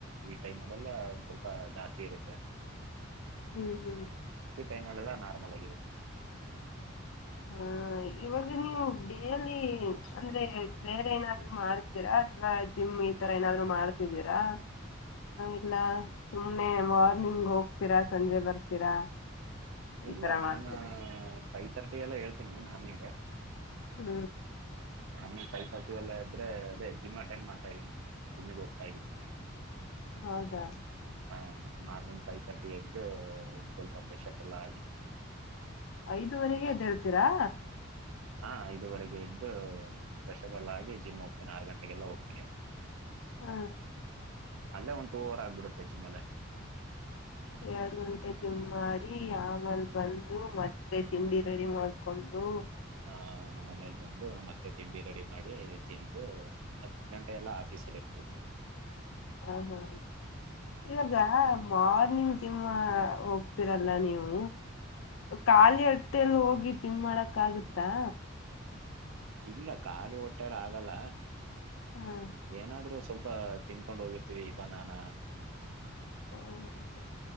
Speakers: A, on the right; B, on the left.
A: ಈ ಟೈಮ್ ಅಲ್ಲೆಲ್ಲ ಒಂದ್ ಸ್ವಲ್ಪ ಜಾಸ್ತಿ ಇರುತ್ತೆ.
B: ಹ್ಮ್ ಹು.
A: ತಿಂಗ್ಳ್ ಲ್ ಎಲ್ಲ ನಾರ್ಮಲ್ ಆಗಿರುತ್ತೆ.
B: ಹಾ ಇವಾಗ ನೀವು ಡೇಲಿ ಅಂದ್ರೆ ಬೇರೆ ಏನಾದ್ರು ಮಾಡ್ತೀರಾ ಅಥವಾ ಜಿಮ್ ಈತರ ಏನಾದ್ರು ಮಾಡ್ತಿದ್ದೀರಾ ಇಲ್ಲ ಸುಮ್ನೆ ಮಾರ್ನಿಂಗ್ ಹೋಗ್ತೀರಾ ಸಂಜೆ ಬರ್ತೀರಾ? ಈ
A: ಇಲ್ಲ
B: ತರ
A: ನಾನೂ
B: ಮಾಡ್ತೀರ
A: ಫೈ ಥರ್ಟಿಗೆಲ್ಲ ಏಳ್ ಇಲ್ಲಿ ನಾನಿದ್ದೆ.
B: ಹ.
A: ನಾನು ಫೈ ಫಾರ್ಟಿಗೆಲ್ಲಾ ಎದ್ರೆ ಅದೇ ಜಿಮ್ ಅಟೆಂಡ್ ಮಾಡ್ತಾ ಇದ್ದೀನಿ, ಜಿಮ್ಮಿಗ್ ಹೋಗ್ತಾ ಇದ್ದೀನಿ.
B: ಹೌದಾ?
A: ಹ ಮಾರ್ನಿಂಗ್ ಫೈ ತರ್ಟಿ ಎದ್ದ ಸ್ವಲ್ಪ ಫ್ರೆಶ್ ಅಪ್ ಎಲ್ಲ ಆಗಿ
B: ಐದೂವರೆಗೆ ಎದ್ದೇಳ್ತಿರಾ?
A: ಹಾ ಐದೂವರೆಗೆ ಎದ್ದೂ ಫ್ರೆಶ್ <unintelligible> ಆಗಿ ಜಿಮ್ ಹೋಗ್ತೀನಿ ಆರ್ ಗಂಟೆಗೆಲ್ಲ ಹೋಗ್ <unintelligible>
B: ಆ.
A: ಅಲ್ಲೇ ಒಂದ್ ಟು ಅವರ್ ಆಗ್ಬುಡುತ್ತೆ ಜಿಮ್ ಅಲ್ಲೇ
B: ಎರ್ಡ್ ಗಂಟೆ ಜಿಮ್ ಮಾಡಿ ಆಮೇಲ್ ಬಂದು ಮತ್ತೆ ತಿಂಡಿ ರೆಡಿ ಮಾಡ್ಕೊಂಡು
A: ಹಾ ಆಮೇಲ್ ಬಂದು ಮತ್ತೆ ತಿಂಡಿ ರೆಡಿ ಮಾಡಿ ತಿಂದು ಹತ್ ಹತ್ ಗಂಟೆ ಎಲ್ಲಾ ಆಫೀಸಲ್ ಇರ್ತಿವಿ.
B: ಹ ಹಾ ಇವಾಗ ಮಾರ್ನಿಂಗ್ ಜಿಮ್ <unintelligible> ಹೋಗ್ತಿರಲ್ಲ ನೀವು, ಖಾಲಿ ಹೊಟ್ಟೆಲ್ ಹೋಗಿ ಜಿಮ್ ಮಾಡಕ್ ಆಗುತ್ತಾ?
A: ಇಲ್ಲ ಖಾಲಿ ಹೊಟ್ಟೆಲ್ ಆಗಲ್ಲ
B: ಹಾ
A: ಏನಾದ್ರೂ ಸ್ವಲ್ಪ ತಿನ್ಕೊಂಡ್ ಹೋಗಿರ್ ಟೀ ಬನಾನ.
B: ಹ್ಮ ಹ್ಮ್.